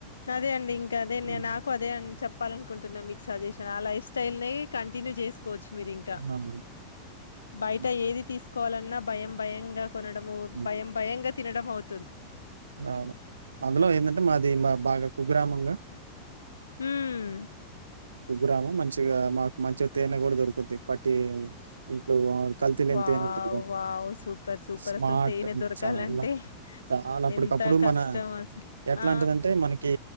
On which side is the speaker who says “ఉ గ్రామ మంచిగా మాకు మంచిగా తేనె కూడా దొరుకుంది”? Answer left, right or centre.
Right